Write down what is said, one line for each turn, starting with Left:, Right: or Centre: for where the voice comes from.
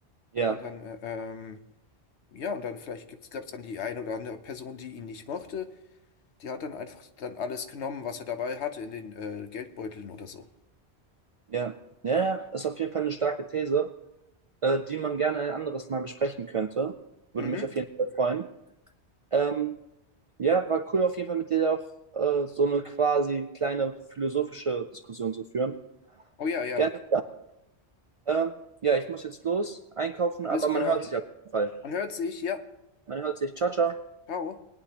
Right: Ja,
Left: Und dann, äh, ähm, Ja, und dann vielleicht gibt's, gab's dann die eine oder andere Person, die ihn nicht mochte. Die hat dann einfach dann alles genommen, was er dabei hatte in den äh, Geldbeuteln oder so.
Right: ja, ja, ja, ist auf jeden Fall eine starke These, äh, die man gerne ein anderes Mal besprechen könnte. Würde
Left: Mhm.
Right: mich auf jeden Fall freuen. Ähm, Ja, war cool auf jeden Fall mit dir auch äh, so eine quasi kleine philosophische Diskussion zu führen.
Left: Oh ja, ja.
Right: Gerne. Ähm, ja, ich muss jetzt los einkaufen,
Left: Alles
Right: aber
Left: klar.
Right: man hört sich auf jeden Fall.
Left: Man hört sich. Ja.
Right: Man hört sich. Ciao, ciao.
Left: Ciao.